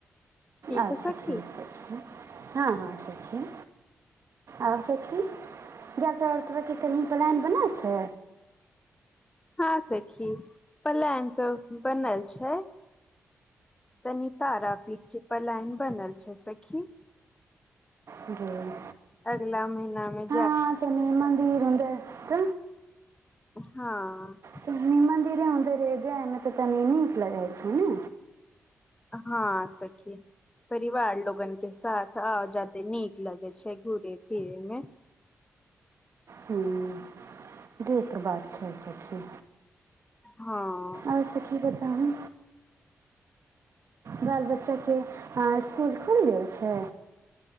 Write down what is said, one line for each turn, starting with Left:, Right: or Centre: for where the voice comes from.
Left: ठीक
Right: अच्छा
Left: है सखी
Right: ठीक सख हँ हँ सखी आओर सखी जाय सब तरहके कनि प्लान बनल छै
Left: हँं सखी प्लान तऽ बनल छै कनी तारापीठ के पलान बनल छै सखी
Right: जय
Left: अगला महिना में
Right: ह तनी म दीरन्द त
Left: हँ
Right: तनी मंन्दिरे उधरे जायमे तऽ तनी नीक लगै छै ने
Left: हँ सखी परिवार लोगन के साथ आ जायदे नीक लगै छै घूरे फिरे मे
Right: ह्म्म जे त बात छै सखी
Left: हँ
Right: और सखी बताओ बाल बच्चाके इसकुल खुलि गेल छै